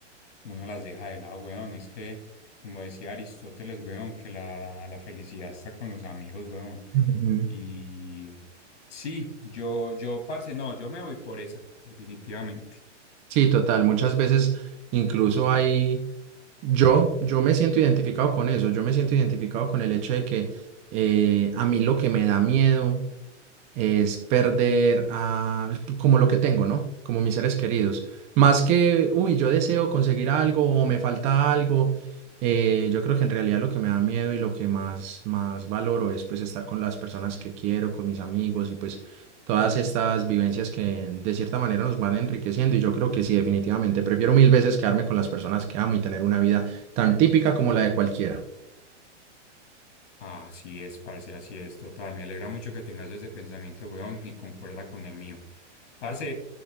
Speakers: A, on the left; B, on the right.
A: uno las deja de lado, weón. Es que, como decía Aristóteles, weón, que la, la felicidad está con los amigos, weón.
B: Ujú.
A: Y sí, yo, yo, parce, no, yo me voy por esa, definitivamente.
B: Sí, total. Muchas veces incluso hay, yo, yo me siento identificado con eso. Yo me siento identificado con el hecho de que eh, a mí lo que me da miedo es perder ah, como lo que tengo, ¿no? Como mis seres queridos. Más que, uy, yo deseo conseguir algo o me falta algo, eh, yo creo que en realidad lo que me da miedo y lo que más, más valoro es pues estar con las personas que quiero, con mis amigos y pues todas estas vivencias que de cierta manera nos van enriqueciendo y yo creo que sí, definitivamente, prefiero mil veces quedarme con las personas que amo y tener una vida tan típica como la de cualquiera.
A: Así es, parce, así es, total. Me alegra mucho que tengas ese pensamiento, weón, y concuerda con el mío. Parce,